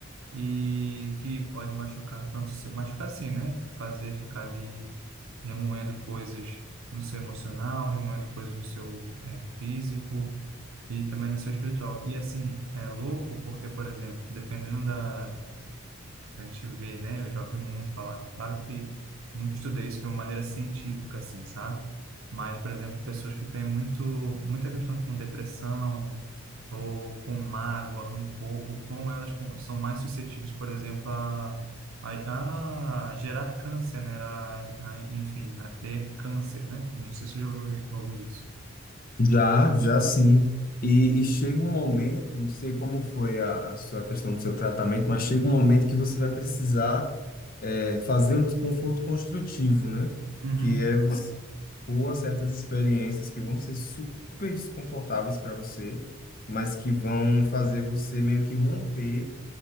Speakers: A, on the right; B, on the left.
A: e que pode machucar tanto se machucar sim né? Fazer ficar ali remoendo coisas no seu emocional, remoendo coisas no seu eh, físico e também no seu espiritual. E assim, é louco porque, por exemplo, dependendo da a gente vê, né? Eu já ouvi muito falar. Claro que não estudei isso de uma maneira científica, assim, sabe? Mas, por exemplo, pessoas que têm muito, muita questão com depressão ou com mágoa, rancor, o quão elas com- são mais suscetíveis, por exemplo, a, a, a gerar câncer, né? A, a- enfim, a ter câncer, né? Não sei se você já ouviu, ouviu isso.
B: Já, já sim. E, e chega um momento, não sei como foi a, a sua questão do seu tratamento, mas chega um momento que você vai precisar é, fazer um desconforto construtivo, né?
A: Uhum,
B: Que é por certas experiências que vão ser super desconfortáveis para você, mas que vão fazer você meio que romper